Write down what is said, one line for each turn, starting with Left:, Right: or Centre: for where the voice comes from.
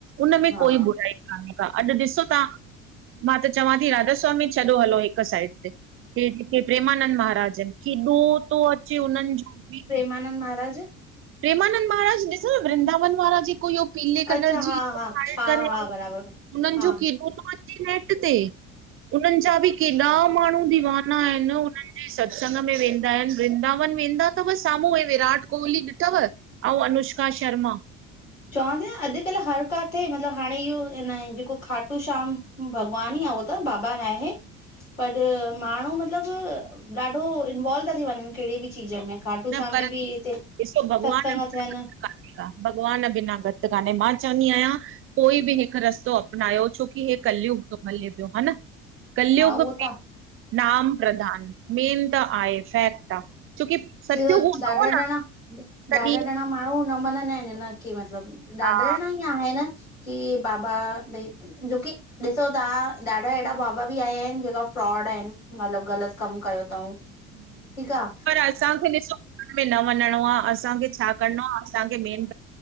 Right: उनमें
Left: हा
Right: कोई बुराई कान्हे ा अॼु ॾिसो तव्हां मां त चवां थी राधा स्वामी छॾो हलो हिक साइड जेके प्रेमानंद महाराज आहिन केॾो तो अचे उनि जो बि
Left: आनंद महाराज
Right: प्रेमानंद महाराज ॾिसो वृंदावन वारा जी पो इयो पीले कलर
Left: अच्छा
Right: जी
Left: हा
Right: पाए
Left: हा हा
Right: करे
Left: हा
Right: अऊं
Left: बराबर
Right: उननि
Left: हा
Right: जो केॾो तो अचे नेट ते उन्हनि जा बि केॾा माण्हू दीवाना आहिन उन्हनि जे स सत्संग में वेंदा आहिन वृंदावन वेंदा तव साम्हूं व विराट कोहली तव ऐं अनुष्का शर्मा
Left: चवांती न अॼुकल्ह हर काथे मतलब हाणे इहो न जेको खाटू श्याम भगवान ई आ हो त बाबा नाहे पर माण्हू मतिलब ॾाढो इनवॉल्व ता थी वञन कहिड़ी बि चीज मे खाटू
Right: न
Left: शाम
Right: पर
Left: में बि हिते
Right: ॾिसो भॻवान
Left: सतसंग थियनि
Right: कान्हे का भॻवान बिना गति कान्हे मां चवंदी आहियां कोई बि हिकु रस्तो अपनायो छोकी हे कलयुग तो हले पियो हा न कलियुग
Left: हा उहो
Right: में
Left: त
Right: नाम प्रदान मेन त आहे फैक्ट आ छोकी सत्य
Left: इ
Right: हूंदो
Left: ॾाढा
Right: हो न
Left: ॼणा
Right: तॾहिं
Left: ॾाढा ॼणा माण्हू न मनंदा आहिन हिन खे मतिलबु ॾाडा
Right: हा
Left: ॼणा ईयं आहे‌ न कि बाबा भई जोकी ॾिसो तव्हां ॾाढा अहिड़ा बाबा बि आया आहिन जेका फ्रॉड आहिन मतिलबु ग़लति कमु कयो तऊं ठीकु
Right: हम्म।
Left: आ
Right: पर असांखे ॾिसो घर में न वञिणो आ असांखे छा करिणो आ असांखे मेन